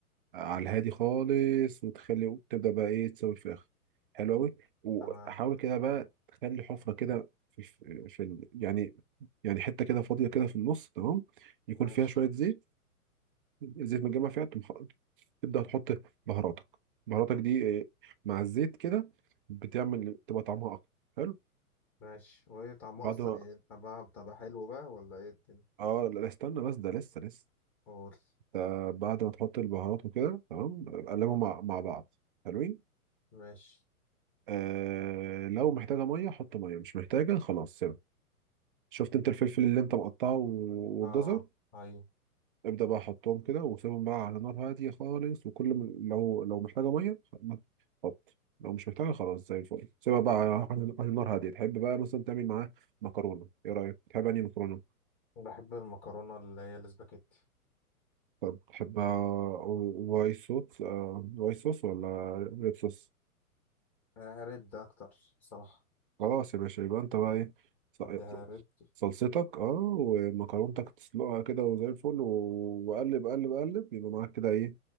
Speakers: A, on the right; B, on the left.
A: آه، على الهادي خالص وتخلي وتبدأ بقى ايه تسوي الفراخ حلو قوي وحاول
B: تمام
A: كده بقى تخلي حفرة كده في في في ال- يعني يعني حتة كده فاضية كده في النص تمام يكون
B: ماشي
A: فيها شوية زيت زيت متجمع فيها تم- تبدأ تحط بهاراتك بهاراتك دي آه، مع الزيت كده بتعمل تبقى طعمها أقوى حلو
B: ماشي وايه طعمها
A: بعد
B: اصلا
A: ما
B: يعني طعمها بتبقى حلو بقى ولا ايه الدنيا
A: اه لا لا، استنى بس ده لسه لسه
B: قول
A: آه، بعد ما تحط البهارات وكده تمام قلبهم مع, مع بعض حلوين
B: ماشي
A: آه لو محتاجة مية حط مية مش محتاجة خلاص سيبها شفت انت الفلفل اللي انت مقطعه و-
B: اه
A: والجزر
B: ايوه
A: ابدأ بقى حطهم كده وسيبهم بقى على نار هادية خالص وكل ما لو لو محتاجة مية ما- حط لو مش محتاجة خلاص زي الفل سيبها بقى على على- على نار هادية تحب بقى مثلا تعمل معاه مكرونة ايه رأيك تحب أنهي مكرونة
B: بحب المكرونة اللي هي الاسباجيتي
A: طب تحبها وايت صوص آه، وايت صوص ولا ريد صوص
B: آه، رد أكتر صراحة
A: خلاص يا باشا يبقى انت بقى ايه ص-
B: أديها رد
A: صلصتك اه ومكرونتك تسلقها كده وزي الفل و- وقلب قلب قلب يبقى معاك كده ايه